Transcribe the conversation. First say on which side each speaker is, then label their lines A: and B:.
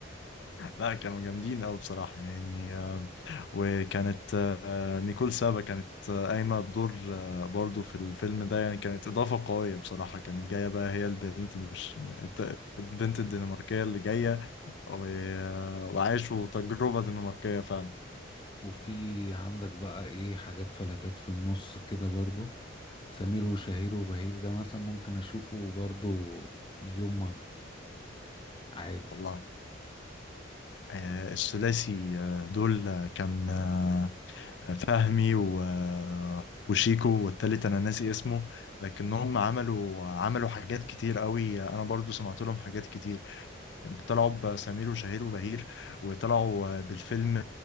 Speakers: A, on the left; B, on the left.
A: لا كانوا جامدين أوي بصراحة يعني آه، وكانت آه، نيكول سابا كانت آه، قايمة بدور آه، برضو في الفيلم ده يعني كانت إضافة قوية بصراحة كانت جاية بقى هي البنت مش الت- البنت الدنماركية اللي جاية و- آه، وعاشوا تجربة دنماركية فعلا
B: وفي عندك بقى إيه حاجات فلتات في النص كده برضو سمير وشهير وبهير ده مثلا ممكن أشوفه برضو مليون مرة عادي
A: والله آه، الثلاثي آه، دول آه، كان آه، فهمي و... وشيكو والتالت انا ناسي اسمه لكنهم عملوا عملوا حاجات كتير قوي انا برضو سمعت لهم حاجات كتير طلعوا بسمير وشهير وبهير وطلعوا بالفيلم